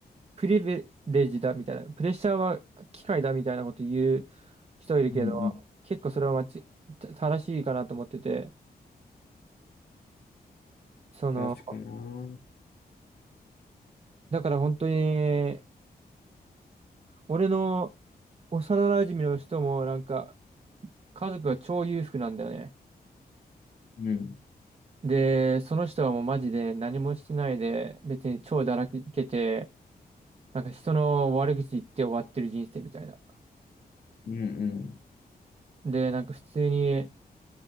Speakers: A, on the right; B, on the left.
A: プリベレージだ、みたいな。プレッシャーは機械だ、みたいなこと言う人いるけど、
B: うんうん。
A: 結構それは間違た正しいかなと思ってて、その、
B: 確かな。うん
A: だから本当に、俺の幼馴染の人もなんか、家族が超裕福なんだよね。
B: うん。
A: で、その人はもうマジで何もしてないで、別に超だらけて、なんか人の悪口言って終わってる人生みたいな。
B: うんうん。
A: で、なんか普通に